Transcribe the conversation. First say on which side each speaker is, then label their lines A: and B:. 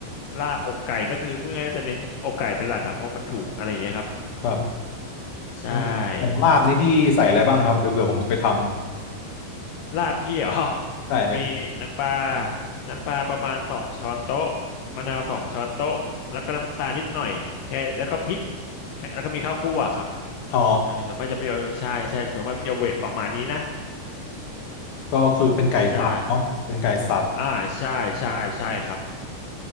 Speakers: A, on the left; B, on the left.
A: ลาบอกไก่ก็คือพูดง่ายๆจะเน้นอกไก่เป็นหลักครับเพราะมันถูกอะไรอย่างเงี้ยครับ
B: ครับ
A: ใช่
B: อย่างอย่างลาบนี่พี่ใส่อะไรบ้างครับเดี๋ยวเผื่อผมจะไปทำ
A: ลาบพี่เหรอ
B: <laughs>
A: <laughs>
B: ใช่
A: มีน้ำปลาน้ำปลาประมาณสองช้อนโต๊ะมะนาวสองช้อนโต๊ะแล้วก็น้ำตาลนิดหน่อยแค่แล้วก็พริกแค่แล้วก็มีข้าวคั่วครับ
B: อ๋อ
A: เออส่วนมากจะพี่เอาใช่ใช่ผมว่าพี่จะเวทประมาณนี้นะ
B: ก็คือเป็นไก่สับเนาะเป็นไก่สับ
A: ใช่อ่าใช่ใช่ใช่ครับ